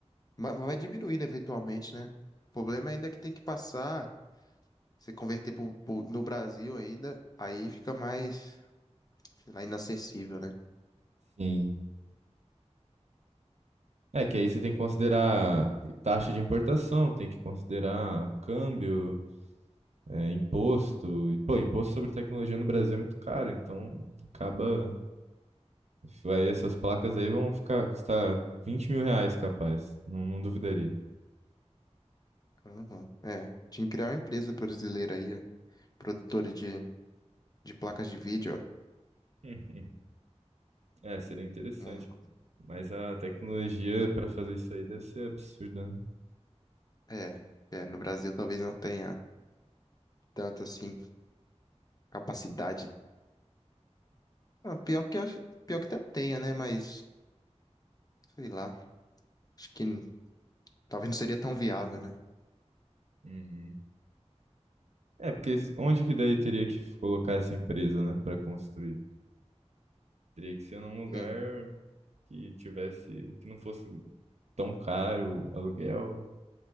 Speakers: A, on the left (about 35°); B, on the right (about 70°).
A: mas vai diminuindo eventualmente, né? O problema ainda é que tem que passar. se converter pro, pro- no Brasil ainda, aí fica mais, sei lá, inacessível, né?
B: Sim. É que aí você tem que considerar taxa de importação, tem que considerar câmbio, é, imposto.
A: Sim.
B: E, pô, imposto sobre tecnologia no Brasil é muito caro, então acaba Vai, essas placas aí vão ficar custar vinte mil reais, capaz. Não, não duvidaria. <laughs>
A: Aham. É, tinha que criar uma empresa brasileira aí, produtora de, de placas de vídeo, ó.
B: Uhum. É, seria interessante.
A: Uma-
B: Mas a tecnologia para fazer isso aí deve ser absurda, né?
A: é, é, no Brasil talvez não tenha tanta, assim, capacidade. Ah, pior que, eu acho- pior que até tenha, né? Mas, sei lá, acho que n- talvez não seria tão viável, né?
B: Uhum. É, porque s- onde que daí teria que colocar essa empresa, né, para construir? Teria que ser num lugar
A: Sim,
B: que tivesse, que não fosse tão caro o aluguel,